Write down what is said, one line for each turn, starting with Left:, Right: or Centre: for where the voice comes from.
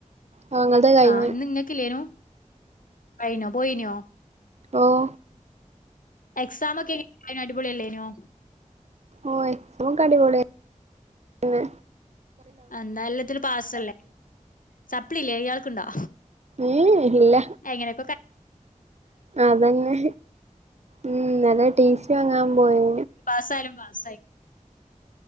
Right: ഓഹ് ഇങ്ങൾത് കഴിഞ്ഞു
Left: ആഹ്‌ ഇന്ന് നിങ്ങൾക്കല്ലേനു കഴിഞ്ഞോ പോയിനോ
Right: ഓഹ്‌
Left: എക്സാം ഒക്കെ എങ്ങനെ അടിപൊളിയല്ലേനോ
Right: ഓഹ്‌ എക്സമ്ക്കടിപൊളിയായിന്
Left: എന്താ എല്ലാത്തിന് പാസല്ലേ സപ്പ്ളി ഇല്ലേ ഇയാൾക്കുണ്ടോ
Right: ഉം ഇല്ല
Left: അങ്ങനെയൊക്കെ
Right: അതന്നെ ഉം ന്നലെ ടീസി വാങ്ങാൻ പോയേ
Left: പാസ്സായാലും പാസ്സ്